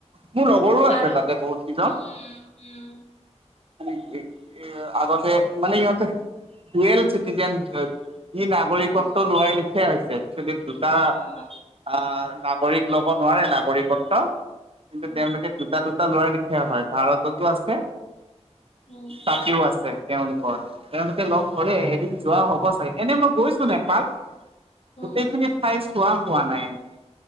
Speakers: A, on the right; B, on the left.
A: মোৰ লগৰো আছে
B: আৰু
A: তাতে বহুত কেইজন।
B: উম উম
A: এ-এ, আগতে মানে ইহঁতে ডুৱেল চিটিজেন ই নাগৰিকত
B: উম
A: ঠিকেই হৈছে এক্সুলি দুটা আ-নাম
B: আহ,
A: নাগৰিক লব নোৱাৰে নাগৰিকত্ব কিন্তু
B: উম
A: তেওঁলোকে দুটা দুটা দুটা লৰা লিখিয়া হয় ভাৰততো আছে
B: উম
A: তাতেও আছে তেওঁলোকৰ তেওঁলোকে লগ ধৰে, এদিন যোৱা হব। এনে মই গৈছো নেপাল।
B: উম
A: গোটেইখিনি ঠাই চোৱা হোৱা নাই এনেকে।